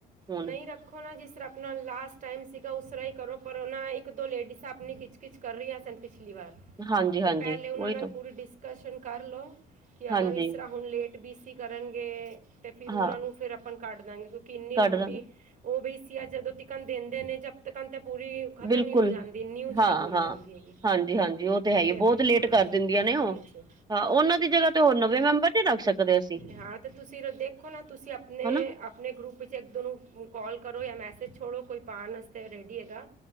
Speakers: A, on the right; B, on the right.
A: ਹੁਣ
B: ਨਹੀਂ ਰੱਖੋ ਨਾ ਜਿਸ ਤਰਾਂ ਆਪਣਾ ਲਾਸਟ ਟਾਈਮ ਸੀਗਾ ਉਸਰਾ ਹੀ ਕਰੋ। ਪਰ ਉਹਨਾ ਇੱਕ ਦੋ ਲੇਡੀਜ਼ ਆਪਨੀ ਖਿੱਚ-ਖਿੱਚ ਕਰ ਰਹੀਆਂ ਸਨ ਪਿਛਲੀ ਵਾਰ।
A: ਹਾਂਜੀ
B: ਤੇ
A: ਹਾਂਜੀ
B: ਪਹਿਲੇ ਉਹਨਾਂ
A: ਉਹੀ
B: ਨਾਲ
A: ਤਾਂ
B: ਪੂਰੀ ਡਿਸਕਸ਼ਨ ਕਰ ਲਓ। ਕਿ ਅਗਰ
A: ਹਾਂਜੀ
B: ਇਸਰਾ ਹੁਣ ਲੇਟ ਬੀ ਸੀ ਕਰਨਗੇ ਤੇ ਫਿਰ ਉਹਨਾਂ
A: ਹਾਂ
B: ਨੂੰ ਫਿਰ ਅਪਨ ਕੱਢ ਦਾਂਗੇ ਕਿੂੰ ਕਿੰਨੀ
A: ਕੱਢ
B: ਲੰ
A: ਦਾਂਗੇ
B: ਉਹ ਬ ਸੀ ਆ ਜਦੋਂ ਤਿਕਣ ਦਿੰਦੇ ਨੇ ਜਬਤ ਕਰਨ ਤੇ ਪੂਰੀ ਖ਼ਤਮ
A: ਬਿਲਕੁਲ
B: ਹੀ ਹੋ ਜਾਂਦੀ ਨਿਊ ਚਾਲੂ
A: ਹਾਂ
B: ਹੋ
A: ਹਾਂ
B: ਜਾਂਦੀ ਹੈਗੀ,
A: ਹਾਂਜੀ ਹਾਂਜੀ ਉਹ ਤੇ ਹੈ ਹੀ
B: ਫੇਰ
A: ਬਹੁਤ ਲੇਟ
B: ਹਾਂ।
A: ਕਰ ਦਿੰਦੀਆਂ ਉਹ
B: ਹਾਂਜੀ
A: ਹਾਂ ਉਹਨਾਂ ਦੀ ਜਗਾ ਤੇ ਹੋਰ ਨਵੇਂ ਮੈਂਬਰ ਨੀ ਰੱਖ ਸਕਦੇ ਅਸੀ।
B: ਹਾਂ ਤੇ ਤੁਸੀਂ ਦੇਖੋ ਨਾ ਤੁਸੀਂ ਆਪਨੇ
A: ਹਨਾ
B: ਆਪਨੇ ਗਰੁੱਪ ਚ ਇੱਕ ਦੋ ਨੂੰ ਕਾਲ ਕਰੋ ਯਾ ਮੈਸੇਜ ਛੋੜੋ ਕੋਈ ਪਾਨ ਵਾਸਤੇ ਰੈਡੀ ਹੈਗਾ